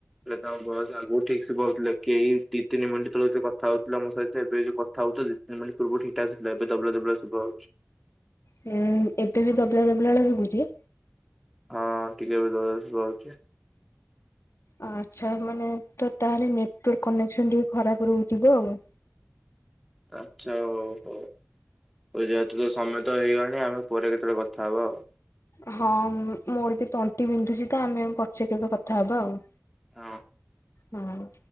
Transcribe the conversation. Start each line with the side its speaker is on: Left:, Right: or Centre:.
Centre: ହେଲେ ତମ ଭୟେସ ଆଗକୁ ଠିକ ଶୁଭାହୁଥିଲେ କେଇ ଦି ତିନି ମିନିଟ ତଳେ କଥା ହଉଥିଲ ମୋ ସହିତ ଏବେ ଯୋଉ କ କଥା ହଉଥିଲ ଦି ତିନି ମିନିଟ ପୂର୍ବରୁ ଠିକ୍ ଠାକ୍ ଥିଲା ଏବେ ଦବିଲା ଦବିଲା ଶୁଭାଯାଉଛି
Left: ହୁଁ ଏବେ ବି ଦବଲା ଦବିଲା ଭଳିଆ ଶୁବୁଛି?
Centre: ହଁ ଟିକେ ଏବେ ଦବିଲା ଭଳିଆ ଶୁଭାହଉଛି।
Left: ଆଚ୍ଛା ମାନେ ତ ତାହେଲେ ନେଟୱାର୍କ କନେକ୍ସନ ଟିକେ ଖରାପ ରହୁଥିବ ଆଉ।
Centre: ଆଛା ହଉ ହଉ। ଆଉ ଯେହେତୁ ତ ସମୟତ ହେଇଗଲାଣି ଆମେ ପରେ କେତେବେଳେ କଥା ହବା ଆଉ।
Left: ହଁ ମୋର ବି ତଣ୍ଟି ବିନ୍ଧୁଛି ତ ଆମେ ପଛେ କେବେ କଥାହବା ଆଉ।
Centre: ହଁ।
Left: ହୁଁ।